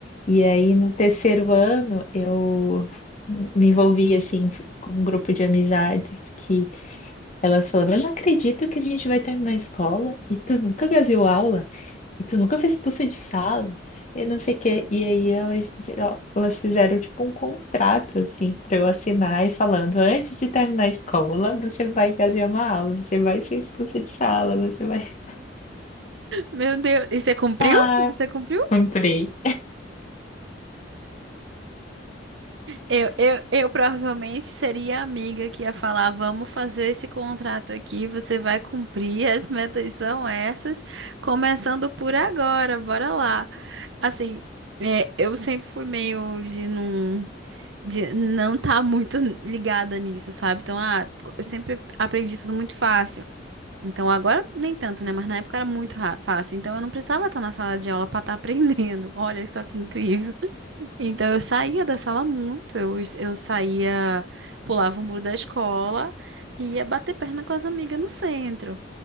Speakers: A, on the left (about 40°); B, on the right (about 75°).
A: E aí, no terceiro ano, eu me envolvi, assim, com um grupo de amizades que elas falavam, eu não acredito que a gente vai terminar a escola e tu nunca deu aula. E tu nunca fez expulsa de sala? E não sei o quê. E aí elas, ó, elas fizeram tipo um contrato, assim, pra eu assinar e falando, antes de terminar a escola, você vai fazer uma aula, você vai ser expulsa de sala, você vai. <laughs>
B: Meu Deus. E você cumpriu?
A: Ah,
B: Você cumpriu?
A: comprei.
B: Eu, eu, eu provavelmente seria a amiga que ia falar: vamos fazer esse contrato aqui, você vai cumprir, as metas são essas, começando por agora, bora lá. Assim, é, eu sempre fui meio de não, de não tá muito ligada nisso, sabe? Então, ah, eu sempre aprendi tudo muito fácil. Então, agora nem tanto, né? Mas na época era muito ra- fácil. Então, eu não precisava estar na sala de aula para estar aprendendo. <laughs> Olha só que incrível. Então eu saía da sala muito, eu, eu saía, pulava o muro da escola e ia bater perna com as amigas no centro,